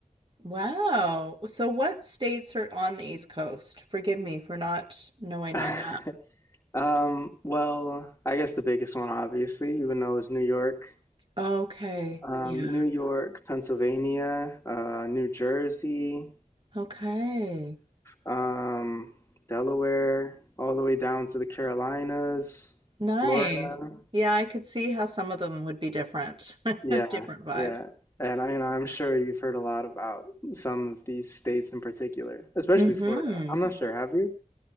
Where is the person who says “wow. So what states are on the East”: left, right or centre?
Right